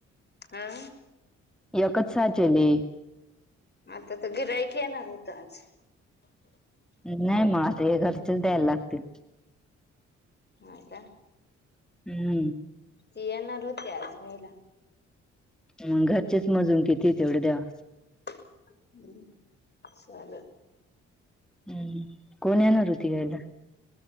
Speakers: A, on the left; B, in the centre.
A: आ?
B: एकच साचेली.
A: आता तर गिरायक येणार होत आज.
B: नाही मग आता हे घरचेच द्यायला लागतील.
A: मा का <unintelligible>
B: हम्म.
A: ति येणार होती आज न्यायला.
B: मग घरचेच मजून किती तेवढ्या द्या.
A: हम् ल <unintelligible>
B: हम्म. कोण येणार होती न्यायला?